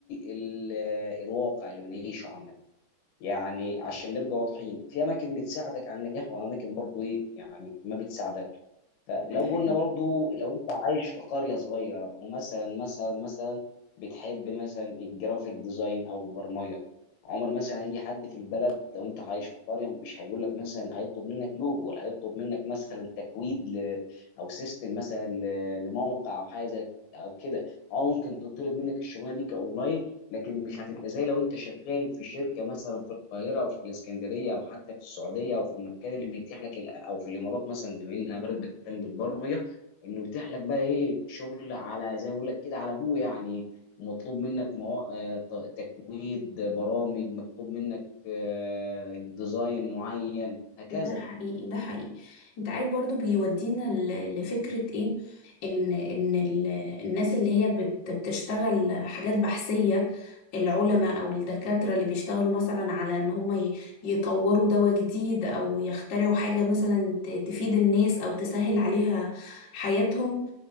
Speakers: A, on the left; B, on the left.
A: ال- الواقع اللي بنعيشه عامه يعني عشان نبقى واضحين في اماكن بتساعدك على النجاح واماكن برضو ايه يعني ما بتساعدك فلو
B: ده
A: قلنا
B: حقيقي
A: برضو لو انت عايش في قرية صغيرة ومثلا مثلا مثلا بتحب مثلا الجرافيك ديزاين او البرمجة عمر مثلا هيجي حد في البلد لو انت عايش في قرية مش هيقول لك مثلا هيطلب منك لوجو ولا هيطلب منك مثلا تكويد ل... او سيستم مثلا ل... لموقع او حاجة زي- او كده او ممكن تطلب منك الشغلانة دي كاونلاين لكن مش هتبقى زي لو انت شغال في شركه مثلا في القاهره او في الاسكندريه او حتى في السعوديه او في المكان اللي بيتيح لك ال- او في الامارات مثلا بما انها بلد بتهتم بالبرمجه انه يتيح لك بقى ايه شغل على زي ما بقول لك كده على ابوه يعني مطلوب منك مو... آه، ت- تكويد برامج مطلوب منك آه، ديزاين معين هكذا
B: ده حقيقي ده حقيقي انت عارف برضو بيودينا ل- لفكرة ايه ان ان ال- الناس اللي هي بت- بتشتغل حاجات بحثية العلماء او الدكاترة اللي بيشتغلوا مثلا على ان هم ي- يطوروا دواء جديد او يخترعوا حاجة مثلا ت- تفيد الناس او تسهل عليها حياتهم